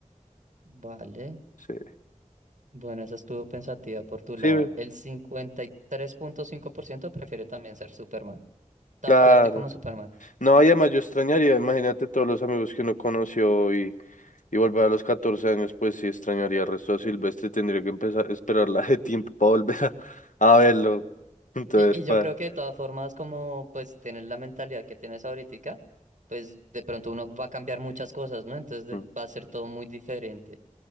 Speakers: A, on the right; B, on the left.
A: vale.
B: Sí,
A: Bueno, esa estuvo pensativa por tu
B: sí,
A: lado. El cincuenta y tres punto cinco por ciento prefiere también ser Superman, tan
B: claro.
A: fuerte como Superman.
B: No, y además yo extrañaría, imagínate todos los amigos que uno conoció y Y volver a los 14 años, pues sí extrañaría el resto de Silvestre, tendría que empezar a esperar la de tiempo para volver a, <laughs> a verlo. Entonces,
A: Y, y yo
B: pa,
A: creo que de todas formas, como pues tienes la mentalidad que tienes ahorita, pues de pronto uno va a cambiar muchas cosas, ¿no? Entonces de-
B: mm.
A: va a ser todo muy diferente.